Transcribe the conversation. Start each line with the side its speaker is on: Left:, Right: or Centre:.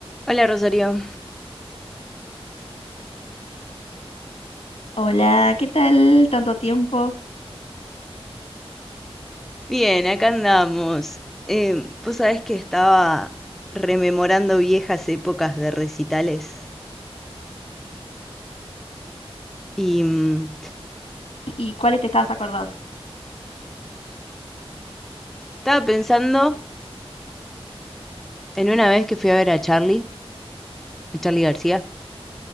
Centre: Hola Rosario.
Left: Hola, ¿qué tal? Tanto tiempo.
Centre: Bien, acá andamos. Eh, vos sabés que estaba rememorando viejas épocas de recitales y mm,
Left: ¿Y cuáles te estabas acordando?
Centre: estaba pensando en una vez que fui a ver a Charlie, a Charlie García.